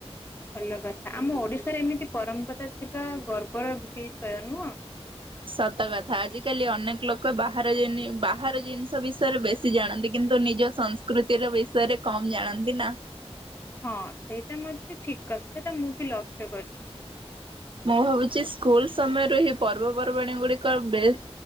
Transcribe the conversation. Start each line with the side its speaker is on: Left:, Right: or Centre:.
Left: ଭଲ କଥା ଆମ ଓଡିଶାରେ ଏମିତି ପରମ୍ପରା ଥିବା ଗର୍ବର ବିଷୟ ନୁହଁ?
Right: ସତ କଥା ଆଜ କାଲି ଅନେକ ଲୋକ ବାହ <unintelligible> ବାହାର ଜିନିଷ ବି ଷରେ ବେଶୀ ଜାଣନ୍ତି କିନ୍ତୁ ନିଜ ସଂସ୍କୃତିର ବିଷୟରେ କମ ଜାଣନ୍ତି ନା?
Left: ହଁ ସେଇଟା ମଧ୍ୟ ଠିକ କଥା ସେଇଟା ମୁଁ ବି ଲକ୍ଷ୍ୟ କରିଛି।
Right: ମୁଁ ଭାବୁଛି ସ୍କୁଲ ସମୟରୁ ଏହି ପର୍ବପର୍ବାଣୀ ଗୁଡିକ ବେଶ୍